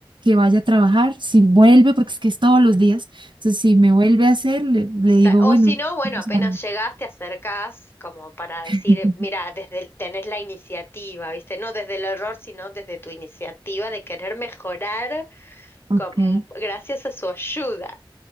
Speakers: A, on the right; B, on the left.
A: vaya a trabajar, si vuelve, porque es que es todos los días, entonces si me vuelve a hacer, le, le
B: Da-
A: digo,
B: O
A: bueno,
B: si no, bueno,
A: vamos
B: apenas
A: a hablar.
B: llegás, te acercás como para
A: <laughs>
B: decir, mira, desde el- tenés la iniciativa, ¿viste? No desde el error, sino desde tu iniciativa de querer mejorar
A: Ok.
B: con- mm, gracias a su ayuda.